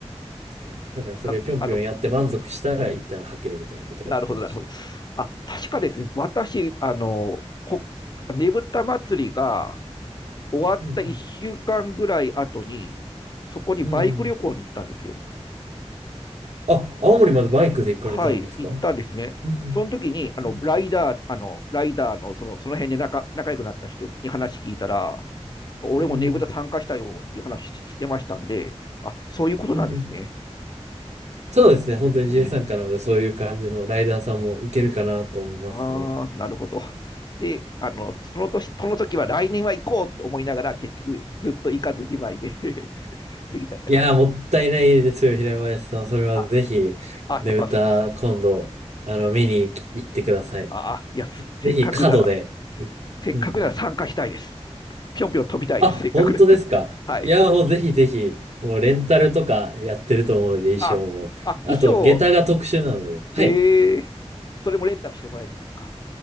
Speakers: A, on the right (about 85°); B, on the left (about 40°).
A: ですねだからそれぴょんぴょんやって満足したら一旦吐けるみたいなことをやってましたね。
B: な、あの、なるほど、なるほど。あ、確かですね、私、あの、ほ、ねぶた祭りが終わった1週間ぐらい後に、
A: うんうん。
B: そこにバイク旅行に行ったんですよ。
A: うんうん。あ、青森までバイクで行かれたんですかうん
B: はい、行ったんですね。
A: うん。
B: その時に、あの、
A: うん
B: ライダー、あの、ライダーの、その、その辺で仲、仲良くなった人に話聞いたら、俺もねぶた参加したよっていう話ししてましたんで、
A: うん。うんうん。
B: あ、そういうことなんですね。
A: うんうんそうですね。本当に自由参加なので、
B: うん
A: そういう感じのライダーさんもいけるかなと思いますね。
B: ああ、なるほど。で、あの、その年、その時は来年は行こうと思いながら、結局ずっと行かずじまいで <laughs> 過ぎちゃった感じです。
A: いやー、もったいないですよ、平林さん。それはぜひ、
B: あ、あ、
A: ねぶた、
B: やっぱ、す
A: 今度、あの、見に行ってください。
B: あ、あいや、せっかくなら、
A: ぜひ、角で。みうんうん。
B: せっかくなら参加したいです。ぴょんぴょん飛びたいです。
A: あ、
B: せっかくなら。
A: 本当ですか。
B: <laughs> はい。
A: いやー、もうぜひぜひ、もうレンタルとかやってると思うので、衣装も。
B: あ、あ、
A: あと、
B: 衣装、
A: 下駄が特殊なので。はい。
B: えー、それもレンタルしてもらえるんですか